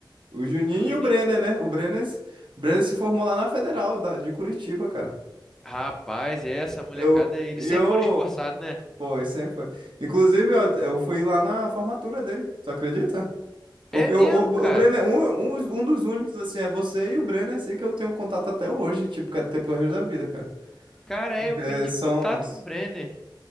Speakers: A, on the right (about 75°); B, in the centre.
A: o Juninho
B: Juninho?
A: e o Brenner, né? O Brenner, se- o Brenner se formou lá na Federal da, de Curitiba, cara.
B: Rapaz, é essa molecada,
A: Eu,
B: eles
A: eu,
B: sempre foram esforçados, né?
A: foi, sempre foi. Inclusive, ó, eu fui lá na formatura dele, tu acredita? Porque
B: É mesmo,
A: o, o, o
B: cara.
A: Brenner, um, um, um dos únicos, assim, é você e o Brenner, assim, que eu tenho contato até hoje, tipo, que é até pro resto da vida, cara.
B: Cara,
A: Porque
B: é, eu perdi
A: são.
B: contato com o Brenner.